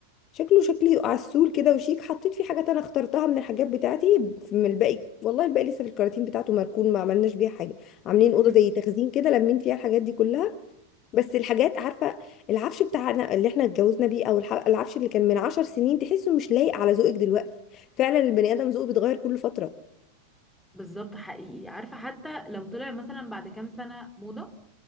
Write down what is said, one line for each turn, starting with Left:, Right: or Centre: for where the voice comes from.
Left: شكله شكلي عسول كده وشيك حطيت فيه حاجات انا اخترتها من الحاجات بتاعتي في- من الباقي والله الباقي لسه في الكراتين بتاعته مركون ما عملناش بيها حاجه عاملين
Centre: <laughs>
Left: اوضه زي تخزين كده لمين فيها الحاجات دي كلها بس الحاجات عارفه العفش بتاعنا اللي احنا اتجوزنا بيه او الح- العفش اللي كان من عشر سنين تحسه مش لايق على ذوقك دلوقتي فعلا البني ادم ذوقه بيتغير كل فتره
Centre: بالظبط حقيقي عارفة حتى لو طلع مثلا بعد كام سنة موضة